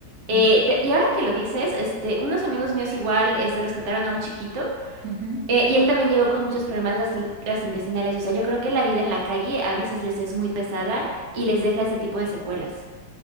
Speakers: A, on the right; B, on the right.
A: Eh,
B: ujú,
A: pe- y ahora que lo dices, este, unos amigos míos igual este, rescataron a un chiquito.
B: ujú,
A: Eh, y él también llegó con muchos problemas gastro- gastrointestinales. O sea, yo creo que la vida en la calle a veces les es muy pesada y
B: Sí.
A: les deja ese tipo de secuelas.